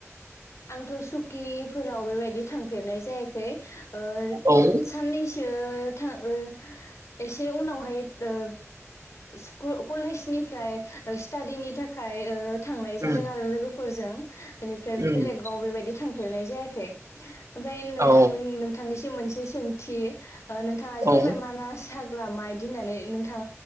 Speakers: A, on the left; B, on the right.
A: आंथ सुकिफोराव बेबायदि थांफेरनाय जायाखै ओ
B: औ उम
A: साननै सो थाङो एसे उनावहाय ओ स्कुल कलेजनिफ्राय स्टाडिनि थाखाय ओ थांनाय
B: उम
A: जादों आरो लोगोफोर फोरजों बेनिफ्राय बेलेगाव
B: उम
A: बेबायदि थांफेरनाय जायाखै ओमफ्राय नोंथांमोन
B: औ
A: नोंथांनिसि म मोनसे सोंथि नोंथाङा जे
B: औ
A: होनबाय मानास हाग्रामा इदि होननानै नोंथां